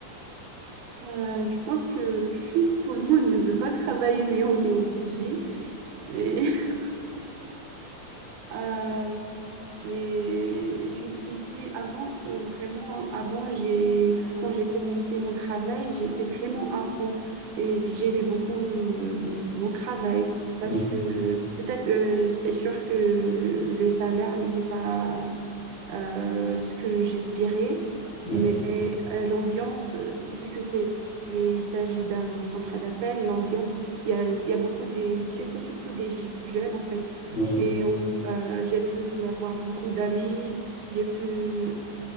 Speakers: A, on the right (about 80°); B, on the left (about 35°).
A: Euh, je pense que <laughs> tout le monde ne veut pas travailler, mais on est obligé. Mais <laughs> euh, Mais jusqu'ici, avant, euh, vraiment, hein, avant, j'ai, quand j'ai commencé mon travail, j'étais vraiment à fond et j'aimais beaucoup le- le- mon travail parce
B: Oui,
A: que peut-être, euh, c'est sûr que le, le salaire n'était pas euh, ce que j'espérais,
B: oui,
A: mais euh, l'ambiance, euh, vu que c'est, et il s'agit d'un centre d'appel, l'ambiance, il y a, il y a beaucoup des, c'est surtout des j- jeunes en fait.
B: oui,
A: Et on- euh, j'ai pu avoir beaucoup d'amis, j'ai pu,